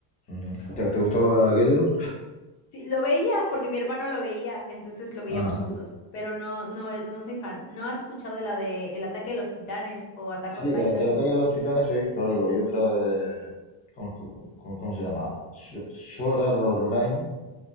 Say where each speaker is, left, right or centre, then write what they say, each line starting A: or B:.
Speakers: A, on the left (about 15°); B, on the left (about 75°).
A: Ujú. ¿Te, te gustaba aquello?
B: Sí, lo veía porque mi hermano lo veía, entonces lo veíamos
A: Ah.
B: juntos. Pero no, no, eh, no soy fan. ¿No has escuchado de la de El ataque de los titanes o Attack
A: Sí,
B: on
A: de
B: Titan?
A: la- del ataque de los titanes he visto algo y otra de... ¿Cómo, cómo- cómo se llama? Su- Sword Art Online